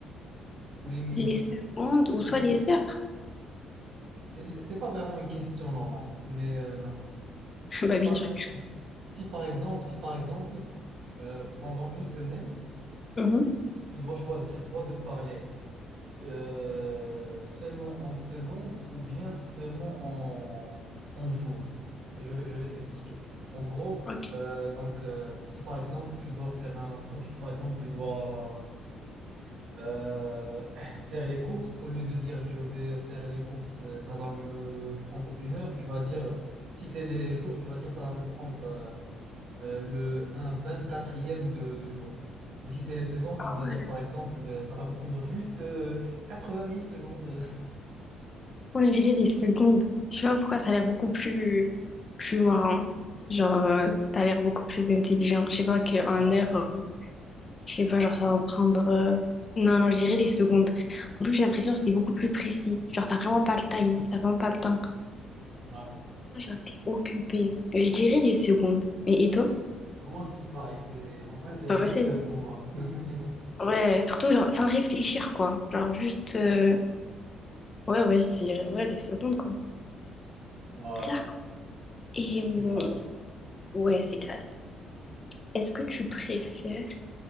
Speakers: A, on the right; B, on the left.
A: ou les minutes?
B: Les secondes
A: En vrai,
B: ou
A: c'est
B: soit
A: bizarre.
B: les heures.
A: C'est bizarre. C'est pas vraiment une question normale, mais euh,
B: <laughs>
A: si,
B: Bah, bien
A: par-
B: sûr.
A: si- Si par exemple, si par exemple, euh, pendant une semaine,
B: Mhm.
A: tu dois choisir soit de parler euh, seulement en secondes ou bien seulement en, en jours. Je, vais je vais t'expliquer. En gros,
B: Ok.
A: euh, donc, euh, si par exemple, tu dois faire un truc, si par exemple, tu dois euh, <clears throat> faire les courses, au lieu de dire je vais faire les courses, euh, ça va me prendre une heure, tu vas dire, si c'est les jours, tu vas dire ça va me prendre euh, euh, le, un vingt-quatrième de, de jour. Ou si c'est les secondes,
B: Ah
A: tu vas
B: ouais.
A: dire par exemple, euh, ça va me prendre juste euh, vingt mille secondes. <laughs>
B: Moi, je dirais les secondes. Je sais pas pourquoi ça a l'air beaucoup plus, plus marrant. Genre, euh, t'as l'air beaucoup plus intelligent. Je sais pas qu'en
A: Voilà,
B: heure, euh, je sais pas,
A: voilà.
B: genre, ça va me prendre. euh, Non, non, je dirais les secondes. En plus, j'ai l'impression que c'est beaucoup plus précis. Genre, t'as vraiment pas le time. T'as vraiment pas le temps.
A: Ouais.
B: Genre, t'es occupé. Je dirais les secondes. Et, et toi?
A: Moi aussi, pareil. C'est, en vrai, c'est
B: Pas
A: un super
B: Ouais. facile.
A: pouvoir. <laughs>
B: Ouais, surtout, genre, sans réfléchir, quoi. Genre, juste. euh, Ouais, ouais, je dirais, ouais, les secondes, quoi.
A: Ouais,
B: D'accord. Et
A: c'est
B: hum,
A: classe.
B: ouais, c'est classe. Est-ce que tu préfères,